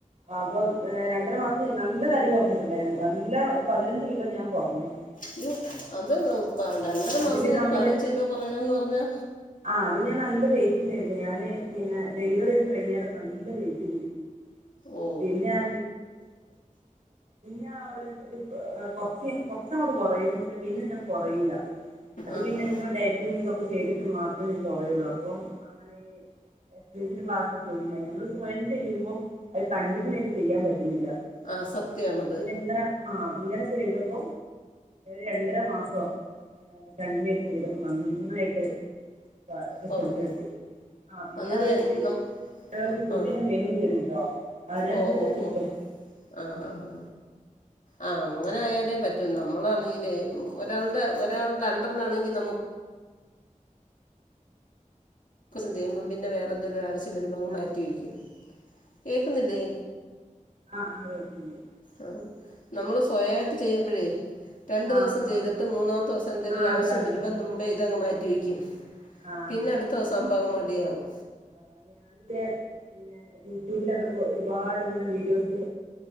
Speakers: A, on the right (about 65°); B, on the left (about 80°).
A: അപ്പൊ ഏഹ് രണ്ടര മാസം ഞാൻ നല്ല തടി കൊറഞ്ഞിട്ടുണ്ടായിരുന്നു നല്ല ഒരു പതിനഞ്ച് കിലോ ഞാൻ കൊറഞ്ഞു.
B: ഇയ്യോ അത് പ- രണ്ടര
A: അതില്
B: മാസം കൊണ്ട്
A: നമ്മള്
B: പാനം ചെയ്ത കുറയാന്ന് പറഞ്ഞാ
A: ആ അത് ഞാൻ നല്ല വെയിറ്റിണ്ടായിരുന്നു ഞാന് പിന്നെ ഡെലിവറി ഒക്കെ കഴിഞ്ഞാ <unintelligible> നല്ല വെയിറ്റ് കൂടിയിരുന്നു
B: ഓ
A: പിന്നെ ആ ഞാൻ ഒരു ഏഹ് കൊറച്ച് കൊറച്ചങ്ങോട്ട് കൊറയും പക്ഷെ പിന്നെ ഞാൻ കൊറയൂല അത്
B: ആഹാ
A: പിന്നെ ഇങ്ങനെ ഡയറ്റും ഇതൊക്കെ ചെയ്തിട്ട് മാത് <unintelligible> ഞാൻ കൊറയുള്ളൂ അപ്പൊ അങ്ങനെ ഈ എക്സൈസിനിള്ള ക്ലാസിന് ജോയിൻ ആയി നമ്മള് സ്വയം ചെയ്യുമ്പോ അത് കണ്ടിന്യൂ ആയിട്ട് ചെയ്യാൻ പറ്റ് ഇല്ലില്ല
B: ആ സത്യമാണത്
A: അപ്പൊ പിന്നെ ഇങ്ങനെ ആ ഇങ്ങനെ ചെയ്ത <unintelligible> <unintelligible> രണ്ടര മാസം ഏഹ് കല്ല് കെട്ടിയതും നന്നായിട്ട് <unintelligible> റിസൾട്ട്
B: കുറഞ്ഞ്
A: കിട്ടി ആ പിന്നെ
B: അന്നേരേ
A: അവരൊര്
B: നം
A: ഫുഡിന്റെ
B: ആ
A: മെനുവും തരുട്ടോ അതിനനുസരിച്ച്
B: ഓ ഓ
A: ഫുഡും
B: ഓ ആ ഹാ ഹാ ആ അങ്ങനെ ആയാലേ പറ്റൂ നമ്മളാണെങ്കി ഏഹ്
A: ഹലോ
B: ഒരാൾടെ <unintelligible> അ രണ്ടെണ്ണാണെങ്കിൽ നമുക്ക് സം ചേരുമ്പോ പിന്നെ വേറെന്തങ്കും ആവശ്യം വരുമ്പോ
A: ഹലോ
B: മാറ്റി വക്കും കേക്കുന്നില്ലേ
A: ആ ആ കേക്കുന്നുണ്ട്.
B: ആ നമ്മള് സ്വയമായിട്ട് ചെയ്യുമ്പോഴേ? രണ്ടു
A: ആ
B: ദിവസം
A: ആ
B: ചെയ്തിട്ട് മൂന്നാത്തെ ദിവസം എന്ത
A: ആ
B: ഒരു ആവശ്യം
A: അതാണ്
B: വരുമ്പോ മുംബൈ ഇതങ്ങ് മാറ്റി വെക്കും
A: ആ
B: പിന്നെ അടുത്ത ദിവസംമ്പാക മടിയവും
A: ആ ഞാനിത് പിന്നെ യൂട്യൂബിലൊക്കെ ഒരുപാട് ഇങ്ങനെ വീഡിയോസ്